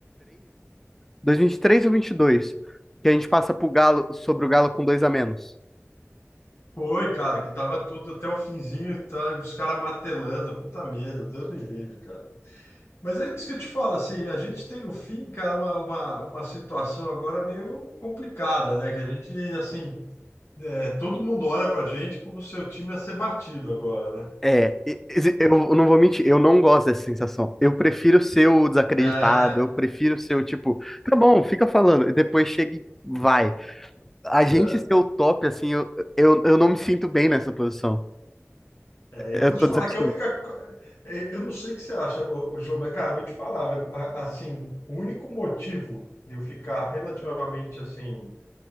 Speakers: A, in the centre; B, on the left.
A: 2023, três ou 22 que a gente passa pro Galo, sobre o Galo com dois a menos.
B: Foi, cara, que tava tudo até o finzinho, tá, os caras martelando, puta medo, Deus me livre, cara. Mas é isso que eu te falo, assim, a gente tem no fim, cara, uma, uma, uma situação agora meio complicada, né? Que a gente, assim, é, todo mundo olha pra gente como se o time ia ser batido agora, né?
A: É, e- e- eu não vou mentir, eu não gosto dessa sensação. Eu prefiro ser o desacreditado,
B: É,
A: eu prefiro ser o tipo, tá bom, fica falando, e depois chega e vai. A gente
B: é.
A: ser o top, assim, eu, eu, eu não me sinto bem nessa posição.
B: É,
A: Eu
B: eu vou
A: tô
B: te falar
A: desacostumado.
B: que a única. co- é, Eu não sei o que você acha, ô, ô, João, mas, cara, eu vou te falar, velho. a- Assim, o único motivo de eu ficar relativamente assim,